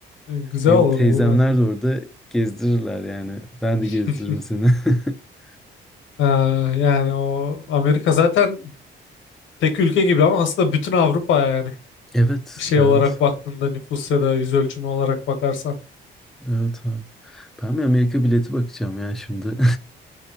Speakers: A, on the left (about 75°); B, in the centre.
A: güzel
B: Benim
A: olur
B: teyzemler
A: olur hani.
B: de orada gezdirirler yani. Ben
A: <laughs>
B: de gezdiririm seni. <laughs>
A: Ha, yani o Amerika zaten tek ülke gibi ama aslında bütün Avrupa yani.
B: Evet,
A: Bir şey
B: evet,
A: olarak baktığında nüfus ya da yüz ölçümü olarak bakarsan.
B: evet abi. Ben bir Amerika bileti bakacağım ya şimdi.